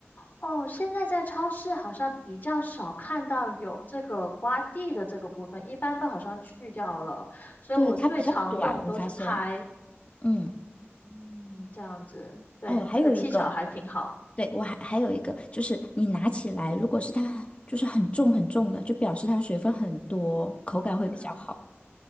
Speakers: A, on the left; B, on the left.
A: 哦，现在在超市好像比较少看到有这个刮地的这个部分，一般都好像去掉了，所以我最常用都是拍。
B: 对，它比较短，我发现。嗯，
A: 嗯，这样子，对，
B: 哦，还有一个，
A: 这个技巧还挺好。
B: 对，我还还有一个，就是你拿起来，如果是它就是很重很重的，就表示它水分很多，口感会比较好。
A: 嗯，